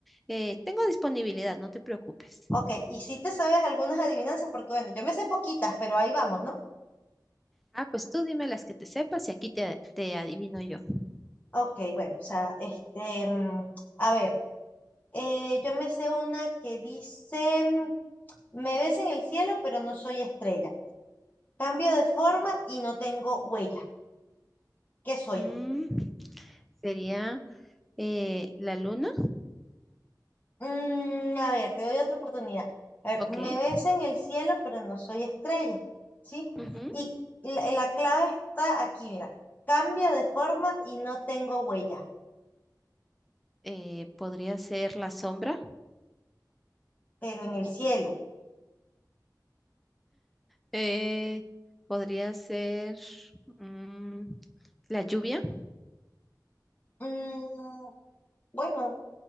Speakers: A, in the centre; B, on the left (about 25°).
A: Eh, tengo disponibilidad, no te preocupes.
B: Ok, y si te sabes algunas adivinanzas, porque bueno, yo me sé poquitas, pero ahí vamos, ¿no?
A: Ah, pues tú dime las que te sepas y aquí te, te adivino yo.
B: Ok, bueno, o sea, este, em, a ver. Eh, yo me sé una que dice, me ves en el cielo, pero no soy estrella. Cambio de forma y no tengo huella. ¿Qué soy?
A: Mm, sería eh, la luna,
B: Mm, a ver, te doy otra oportunidad. A ver,
A: ok.
B: me ves en el cielo, pero no soy estrella. ¿Sí?
A: ujú,
B: Y la, la clave está aquí, mira. Cambio de forma y no tengo huella,
A: eh, podría ser la sombra,
B: pero en el cielo.
A: eh, podría ser mm, la lluvia,
B: Mm, bueno,